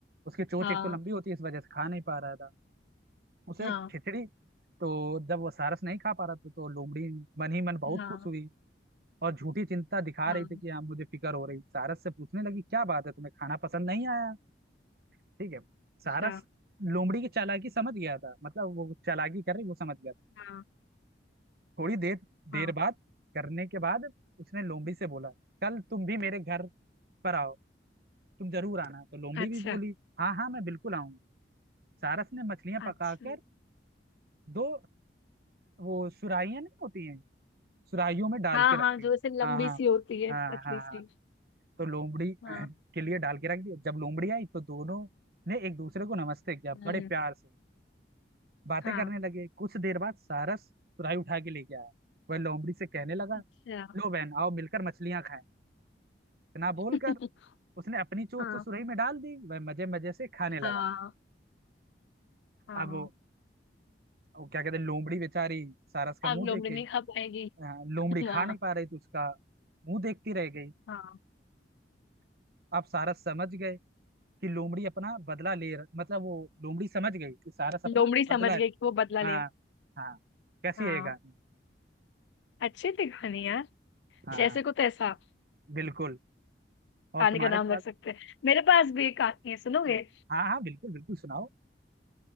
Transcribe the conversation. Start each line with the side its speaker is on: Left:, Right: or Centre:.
Right: उसकी चोंच
Left: हाँ
Right: एक तो लंबी होती है इस वजह से खा नहीं पा रहा था उसे
Left: हाँ
Right: एक खिचड़ी तो जब वो सारस नहीं खा पा रहा था तो लोमड़ी मन ही मन बहुत
Left: हाँ
Right: खुश हुई और झूठी चिंता दिखा
Left: हाँ
Right: रही थी कि हाँ मुझे फिक्र हो रही सारस से पूछने लगी क्या बात है तुम्हें खाना पसंद नहीं आया ठीक है सारा
Left: अच्छा
Right: स- लोमड़ी की चालाकी समझ गया था मतलब वो चालाकी कर रही वो समझ गया था
Left: हाँ
Right: थोड़ी देर देर
Left: हाँ
Right: बाद करने के बाद उसने लोमड़ी से बोला कल तुम भी मेरे घर पर आओ तुम जरूर आना तो लोमड़ी
Left: अच्छा
Right: भी बोली हाँ हाँ मैं बिल्कुल आऊंगी सारस ने मछलियां पकाकर
Left: अच्छा
Right: दो वो सुराहियां नहीं होती हैं सुराहियों में डाल
Left: हाँ
Right: के
Left: हाँ
Right: रखी
Left: जो ऐसे लंबी
Right: हाँ हाँ
Left: सी होती है
Right: हाँ
Left: पतली
Right: हाँ
Left: सी
Right: हाँ तो लोमड़ी <clears throat>
Left: हाँ
Right: के लिए डाल के रख दिया जब लोमड़ी आई तो दोनों ने एक दूसरे को नमस्ते किया
Left: हम्म,
Right: बड़े प्यार से बातें
Left: हाँ
Right: करने लगे कुछ देर बाद सारस तुरई उठा के लेके आया वह लोमड़ी से कहने लगा
Left: अच्छा
Right: लो बहन आओ मिलकर मछलियां खाएं इतना
Left: <laughs>
Right: बोलकर उसने अपनी चोंच
Left: हाँ
Right: तो सुरही में डाल दी वह मजे मजे से खाने लगा
Left: हाँ हाँ
Right: अब वो वो क्या कहते हैं, लोमड़ी बेचारी सारस का
Left: अब
Right: मुंह
Left: लोमड़ी
Right: देखे
Left: नहीं खा पाएगी
Right: अ, लोमड़ी
Left: <laughs>
Right: खा
Left: हाँ
Right: नहीं पा रही तो उसका मुंह देखती रह गई
Left: हाँ
Right: अब सारस समझ गए कि लोमड़ी अपना बदला ले रह- मतलब वो लोमड़ी समझ गई कि सारस अपना
Left: लोमड़ी
Right: बदला
Left: समझ गई कि वो बदला
Right: हाँ
Left: ले
Right: हाँ कैसी
Left: हाँ
Right: है ये कहानी
Left: अच्छी थी कहानी यार
Right: हाँ
Left: जैसे
Right: हाँ,
Left: को तैसा
Right: बिल्कुल और
Left: कहानी
Right: तुम्हारे
Left: का नाम
Right: पास
Left: रख सकते हैं मेरे पास भी एक कहानी है सुनोगे
Right: हाँ हाँ हाँ, बिल्कुल बिल्कुल सुनाओ